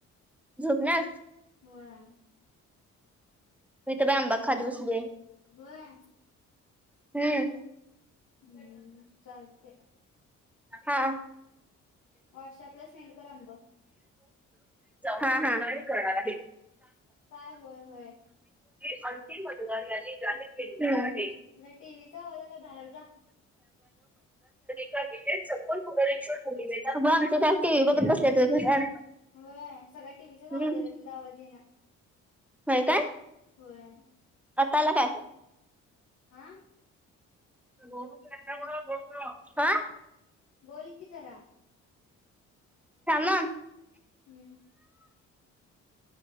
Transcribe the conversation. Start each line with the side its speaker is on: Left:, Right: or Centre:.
Centre: झोपल्यास
Left: व्हय.
Centre: य बाई आंबा खात बसलोय.
Left: होय
Centre: हम्म.
Left: हम्म चालतयं.
Centre: हा हम्
Left: व्हॉट्सअपला सेंड कर आंब
Centre: हा हा. करणार आहेत.
Left: काय होय होय.
Centre: अंतिम मतदार या जाहीर केले.
Left: जरा टीव्हीचा आवाज आलाय बाहेर जा.
Centre: <unintelligible> हे बघ आमच्यात आज टीव्हि बघत बसल्यात ग घरात
Left: होय सगळा टीव्हीचाच आवाज
Centre: हम्म
Left: यायलाय तुझा आवाज येईना.
Centre: होय काय.
Left: होय.
Centre: आत्ता आला काय?
Left: आ.
Centre: <unintelligible> हा
Left: बोल की जरा
Centre: थांब हा!
Left: हम्म